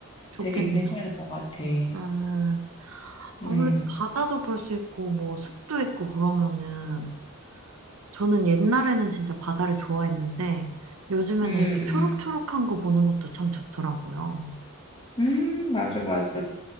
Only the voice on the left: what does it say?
되게 괜찮을 것 같아.
음.
음.
음, 맞아, 맞아.